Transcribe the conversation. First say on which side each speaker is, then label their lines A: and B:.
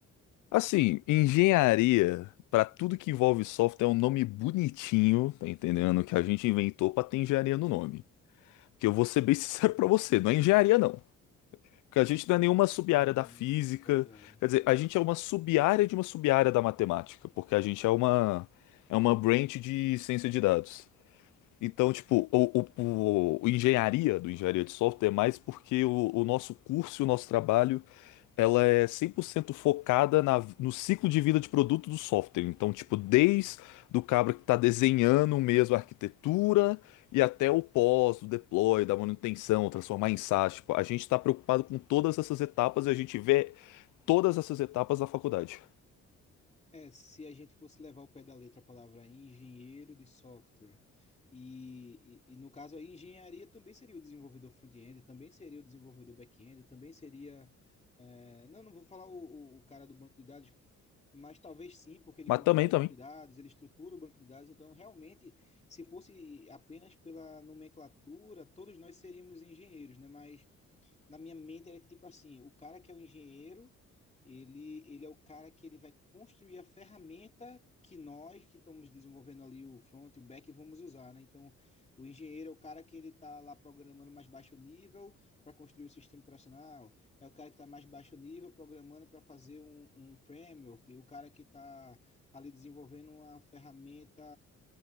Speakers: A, on the left; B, on the left.
A: Assim, engenharia, para tudo que envolve software, é um nome bonitinho, tá entendendo? Que a gente inventou pra ter engenharia no nome. Que eu vou ser bem <laughs> sincero pra você, não é engenharia não. Que a gente não é nenhuma sub-área
B: Hum,
A: da física,
B: tô ligado.
A: quer dizer, a gente é uma sub-área de uma sub-área da matemática, porque a gente é uma é uma branch de ciência de dados. Então, tipo, o, o- o- o engenharia do engenharia de software é mais porque o, o nosso curso, e o nosso trabalho, ela é 100% focada na- no ciclo de vida de produto do software. Então, tipo, desde do cabra que está desenhando mesmo a arquitetura e até o pós, do deploy, da manutenção, transformar em SaaS. Tipo, a gente está preocupado com todas essas etapas e a gente vê todas essas etapas da faculdade.
B: É, se a gente fosse levar ao pé da letra a palavra engenheiro de software, e, e, e no caso aí, engenharia também seria o desenvolvedor front-end, também seria o desenvolvedor back-end, também seria. é, não, não vou falar o, o- o cara do banco de dados, mas talvez sim, porque ele
A: Mas
B: constrói
A: também, também.
B: o banco de dados, ele estrutura o banco de dados, então realmente, se fosse apenas pela nomenclatura, todos nós seríamos engenheiros, né? Mas na minha mente era que, tipo assim, o cara que é o engenheiro, ele, ele é o cara que ele vai construir a ferramenta que nós que estamos desenvolvendo ali o front e o back vamos usar, né? Então, o engenheiro é o cara que ele está lá programando mais baixo nível para construir o sistema operacional, é o cara que está mais baixo nível programando para fazer um, um framework, e o cara que está ali desenvolvendo uma ferramenta